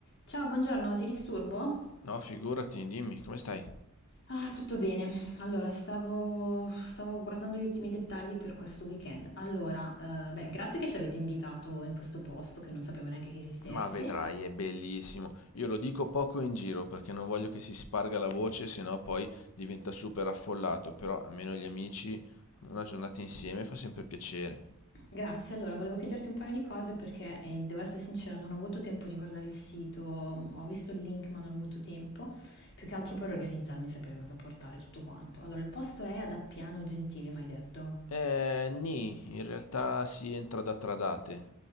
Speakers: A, on the left; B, on the left.
A: Ciao, buongiorno, ti disturbo?
B: No, figurati, dimmi, come stai?
A: Ah, tutto bene. Allora, stavo, stavo guardando gli ultimi dettagli per questo weekend. Allora, eh, beh, grazie che ci avete invitato in questo posto che non sapevo neanche che esistesse.
B: Ma vedrai, è bellissimo. Io lo dico poco in giro perché non voglio che si sparga la voce, sennò poi diventa super affollato, però almeno gli amici una giornata insieme fa sempre piacere.
A: Grazie, allora, volevo chiederti un paio di cose perché, eh, devo essere sincera, non ho avuto tempo di guardare il sito, ho visto il link ma non ho avuto tempo, più che altro per organizzarmi e sapere cosa portare, tutto quanto. Allora, il posto è ad Appiano Gentile, mi hai detto?
B: Eh, nì, in realtà si entra da tradate.